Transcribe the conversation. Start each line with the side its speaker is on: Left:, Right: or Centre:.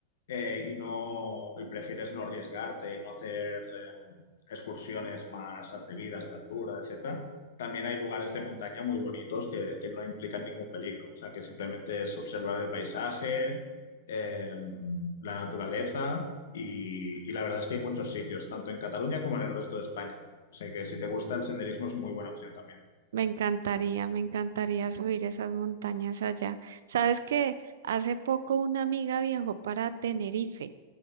Left: eh, y no y prefieres no arriesgarte y no hacer em, excursiones más atrevidas de altura, etcétera, también hay lugares de montaña muy bonitos que, que no implican ningún peligro. O sea, que simplemente es observar el paisaje, em, la naturaleza y, y la verdad es que hay muchos sitios, tanto en Cataluña como en el resto de España. O sea, que si te gusta el senderismo es muy buena opción también.
Right: Me encantaría, me encantaría subir esas montañas allá. Sabes que hace poco una amiga viajó para Tenerife.